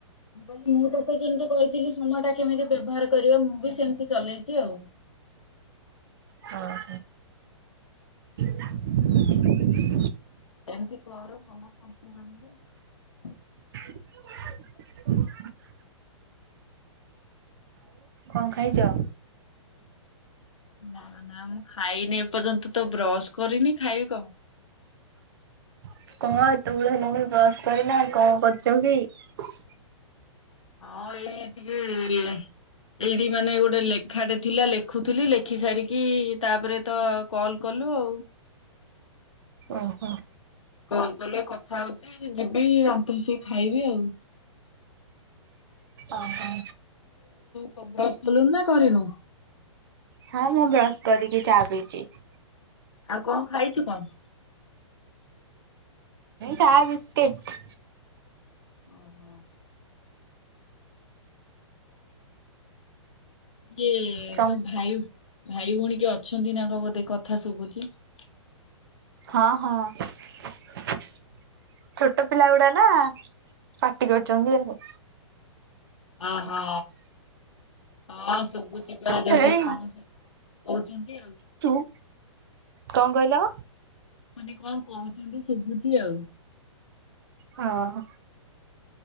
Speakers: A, on the left; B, on the right.
A: ମୁଁ କହିଲ ମୁଁ ତୋତେ କେମିତି କହିଥିଲି, ସମୟ ଟା କେମିତି ବ୍ୟବହାର କରିବା ମୁଁ ବି ସେମିତି ଚଲେଇଛି ଆଉ।
B: ହଁ। <inaudible>
A: ଏମତି କର <unintelligible>
B: <unintelligible> କନ ଖାଇଚ?
A: ନା ନା ମୁଁ ଖାଇନି ଏପର୍ଯ୍ୟନ୍ତ, ତ ବ୍ରଶ କରିନି ଖାଇବି କଣ।
B: <inaudible> କଣ ଅତବେଳ ହେଲାଣି ବସ୍ କରିନା କଣ କରୁଛ କି?
A: ହଁ ଏଇ ଟିକେ ଏଇଠି ମାନେ ଗୋଟେ ଲେଖାଟେ ଥିଲା ଲେଖୁଥିଲି ଲେଖି ସାରିକି ତାପରେ ତ କଲ୍ କଲି। ହ୍ୟାଲୋ।
B: ଓହୋ।
A: କଲ୍ କଲେ କଥା ହଉଚି ଯିବି ଆଫେଇସି ଖାଇବି ଆଉ।
B: ଓହୋ
A: ତୁ ବ୍ରସ୍ କଲୁନା ନା କରିନୁ?
B: ହଁ ମୁଁ ବ୍ରଶ କରିକି ଚା ପିଇଛି ।
A: ଆଉ କଣ ଖାଇଛୁ କଣ?
B: ଚା ବିସ୍କିଟ୍।
A: ଓ ହୋ। ଇଏ
B: ତମ୍
A: ତ ଭାଇ ଭାଇ ଭଉଣୀ କିଏ ଅଛନ୍ତି ନା କଣ ବୋଧେ କଥା ଶୁଭୁଛି ।
B: ହଁ ହଁ। ଛୋଟ ପିଲା ଗୁଡ଼ା ନା ପାଟି କରୁଛନ୍ତି ।
A: ଓହୋ ହ ଶୁବୁ <unintelligible>
B: ହେଇ
A: କହୁଛନ୍ତି ଆଉ
B: ଚୁପ୍। କଣ କହିଲ?
A: ମାନେ କଣ କହୁଛନ୍ତି ଶୁଭୁଛି ଆଉ।
B: ହଁ ହଁ।